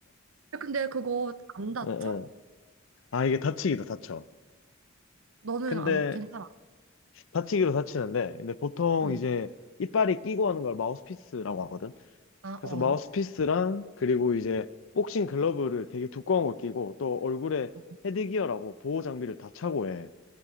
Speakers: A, on the right; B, on the left.
A: 야, 근데 그거 안 다쳐?
B: 응, 응. 아, 이게 다치기도 다쳐.
A: 너는
B: 근데,
A: 안 괜찮아?
B: 다치기도 다치는데, 근데 보통
A: 응.
B: 이제 이빨이 끼고 하는 걸 마우스피스라고 하거든?
A: 아,
B: 그래서
A: 어.
B: 마우스피스랑, 그리고 이제 복싱 글러브를 되게 두꺼운 걸 끼고, 또 얼굴에
A: 어.
B: 헤드기어라고 보호 장비를 다 차고 해.